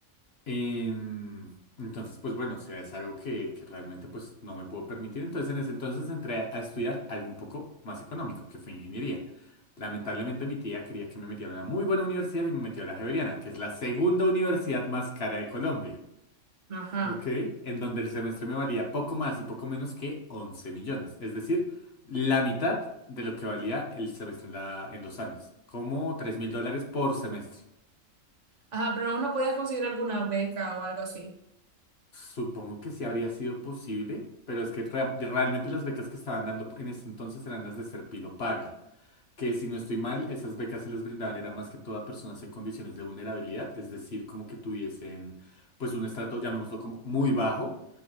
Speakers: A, on the left; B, on the right.
A: Em, entonces, pues bueno, o sea, es algo que, que realmente pues no me puedo permitir. Entonces, en ese entonces entré a estudiar algo un poco más económico, que fue ingeniería. Lamentablemente mi tía quería que me metiera a una muy buena universidad y me metió a la Javeriana, que es la segunda universidad más cara de Colombia,
B: Ajá.
A: ¿ok? En donde el semestre me valía poco más y poco menos que 11 millones, es decir, la mitad de lo que valía el semestre en, la- en los Andes, como tres mil dólares por semestre.
B: Ajá, pero uno podía conseguir alguna beca o algo así.
A: Supongo que sí habría sido posible, pero es que rea- realmente las becas que estaban dando en ese entonces eran las de ser paga, que si no estoy mal, esas becas se les brindaban era más que todo a personas en condiciones de vulnerabilidad, es decir, como que tuviesen pues un estrato, llamémoslo como muy bajo,